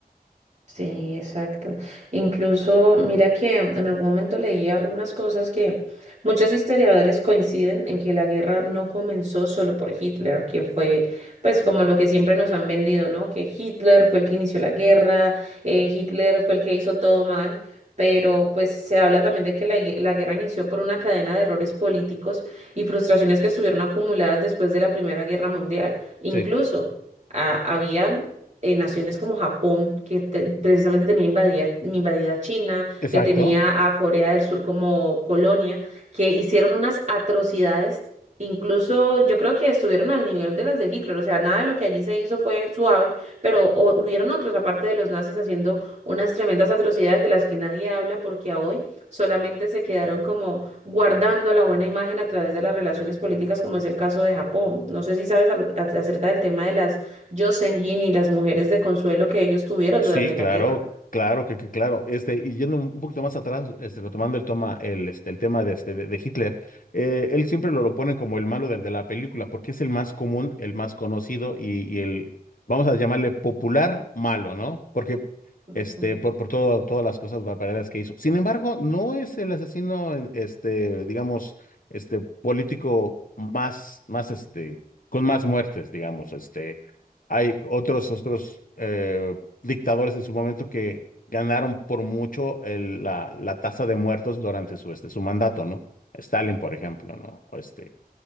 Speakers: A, on the right; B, on the left.
A: Sí, exacto. Incluso, mira que en algún momento leí algunas cosas que muchos historiadores coinciden en que la guerra no comenzó solo por Hitler, que fue pues como lo que siempre nos han vendido, ¿no? Que Hitler fue el que inició la guerra, eh, Hitler fue el que hizo todo mal, pero pues se habla también de que la, gue- la guerra inició por una cadena de errores políticos y frustraciones que estuvieron acumuladas después de la Primera Guerra Mundial. Incluso
B: Sí,
A: había eh, naciones como Japón, que te- precisamente tenía invadida, invadida China,
B: exacto.
A: que tenía a Corea del Sur como colonia, que hicieron unas atrocidades, incluso yo creo que estuvieron al nivel de las de Hitler, o sea, nada de lo que allí se hizo fue suave, pero o- hubieron otros, aparte de los nazis, haciendo unas tremendas atrocidades de las que nadie habla porque a hoy solamente se quedaron como guardando la buena imagen a través de las relaciones políticas, como es el caso de Japón. No sé si sabes al- a- acerca del tema de las Yosenjin y las mujeres de consuelo que ellos tuvieron
B: Sí,
A: durante
B: claro,
A: la guerra.
B: claro, que, que claro. Este, y yendo un un poquito más atrás, este, retomando el toma, el, este, el tema de, este, de, de Hitler, eh, él siempre lo, lo ponen como el malo de, de la película, porque es el más común, el más conocido y, y el, vamos a llamarle popular malo, ¿no? Porque,
A: Ujú.
B: este, por, por todo, todas las cosas barbaridades que hizo. Sin embargo, no es el asesino, eh, este, digamos, este, político más, más, este, con más muertes, digamos, este. Hay otros, otros eh, dictadores en su momento que ganaron por mucho el- la, la tasa de muertos durante su, este, su mandato, ¿no? Stalin, por ejemplo, ¿no? O Este,